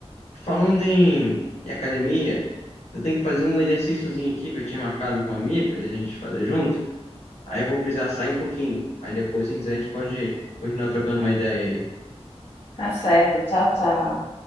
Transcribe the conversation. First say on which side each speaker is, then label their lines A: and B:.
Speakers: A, on the left; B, on the left.
A: Falando em, em academia, eu tenho que fazer um exercíciozinho aqui que eu tinha marcado com um amigo pra gente fazer junto. Aí eu vou precisar sair um pouquinho. Aí depois, se quiser, a gente pode continuar trocando uma ideia aí.
B: Tá certo. Tchau, tchau.